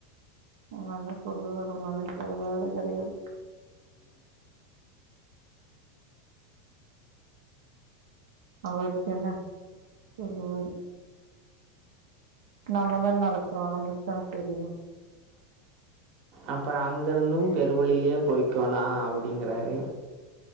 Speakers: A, on the right; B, on the right.
A: ஒங்க அண்ணே சொல்லுவாரு ஒங்க அண்ணனுக்கு வேற வேலை கெடையாது அவருக்கு என்ன சொல்லுவாரு நாமதான நடக்குறோ நம்மளுக்குத்தான தெரியு
B: அப்பறோ அங்க இருந்து பெருவழிலயே போய்க்கோலா அப்படிங்கறாரு